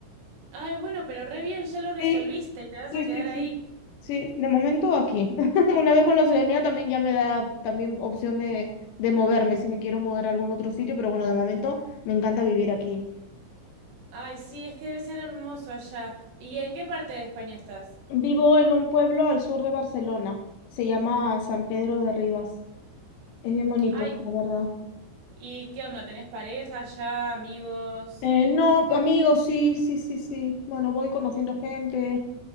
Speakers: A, on the right; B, on the left.
A: Ay, bueno, pero re bien, ya lo resolviste
B: sí
A: y te vas
B: Sí,
A: a quedar
B: sí,
A: ahí.
B: sí. Sí, de momento aquí. <laughs> Una vez con la ciudadanía también ya me da también opción de, de moverme si me quiero mover a algún otro sitio, pero bueno, de momento me encanta vivir aquí.
A: Ay, sí, es que debe ser hermoso allá. ¿Y en qué parte de España estás?
B: Vivo en un pueblo al sur de Barcelona. Se llama San Pedro de Ribas. Es bien bonito,
A: Ay,
B: la verdad.
A: ¿y qué onda? ¿Tenés pareja ya, amigos?
B: Eh, no, amigos, sí, sí, sí, sí. Bueno, voy conociendo gente.